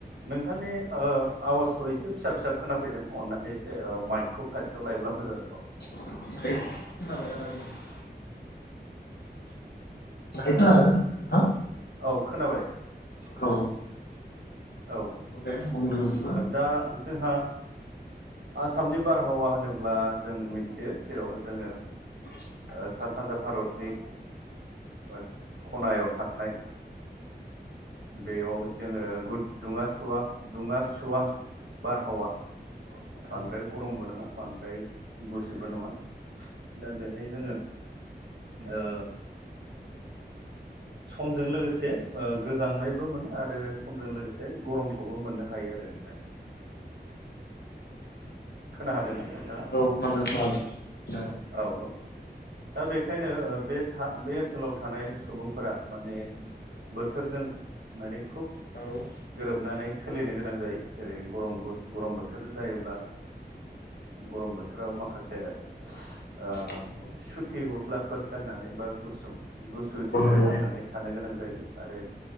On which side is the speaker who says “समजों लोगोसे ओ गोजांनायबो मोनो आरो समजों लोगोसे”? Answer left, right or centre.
Right